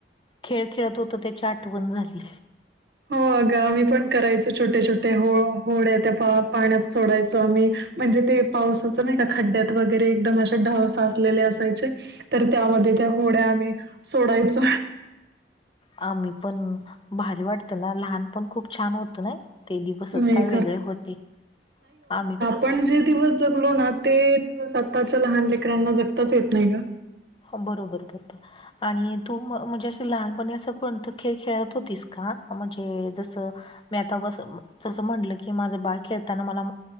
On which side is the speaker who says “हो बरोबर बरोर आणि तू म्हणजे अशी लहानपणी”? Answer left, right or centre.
Left